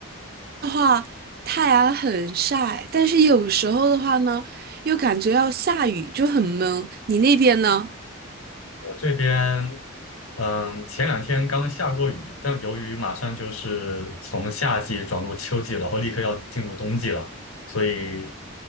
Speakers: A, on the right; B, on the left.
A: 话太阳很晒，但是有时候的话呢，又感觉要下雨，就很闷。你那边呢？
B: 我这边，嗯，前两天刚下过雨，但由于马上就是从夏季转入秋季了然后立刻要进入冬季了，所以